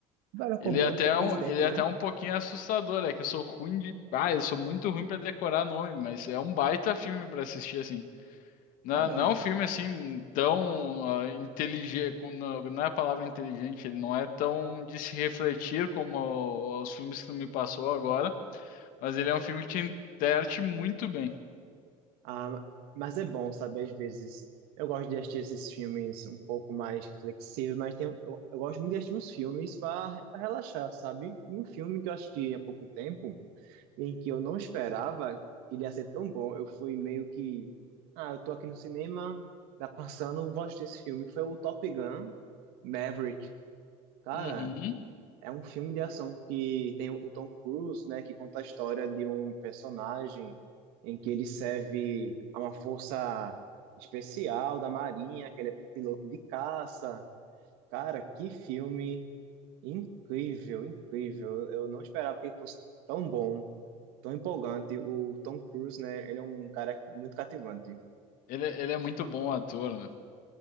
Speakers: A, on the right (about 85°); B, on the left (about 65°).
A: Barack
B: Ele
A: Obama
B: é até
A: foi o presidente,
B: um, ele é
A: né?
B: até um pouquinho assustador, é que eu sou ruim de. Ah, eu sou muito ruim pra decorar nome, mas é um baita filme pra assistir, assim. Não,
A: Caramba.
B: é, não é um filme assim tão inteligente, não, não é a palavra inteligente, ele não é tão de se refletir como o- os filmes que tu me passou agora, mas ele é um filme que te enterte muito bem.
A: Ah, mas é bom, sabe? Às vezes eu gosto de assistir esses filmes um pouco mais reflexivos, mas tem, eu, eu gosto muito de assistir uns filmes para relaxar, sabe? E um filme que eu assisti há pouco tempo, em que eu não esperava que ele ia ser tão bom, eu fui meio que. Ah, eu tô aqui no cinema, tá passando, eu vou assistir esse filme. Foi o Top Gun Maverick. Cara.
B: Uhum.
A: É um filme de ação que tem o Tom Cruise, né, que conta a história de um personagem em que ele serve a uma força especial da Marinha, que ele é piloto de caça. Cara, que filme incrível, incrível. Eu não esperava que ele fosse tão bom, tão empolgante. O Tom Cruise, né, ele é um cara muito cativante.
B: Ele, é, ele é muito bom ator, né?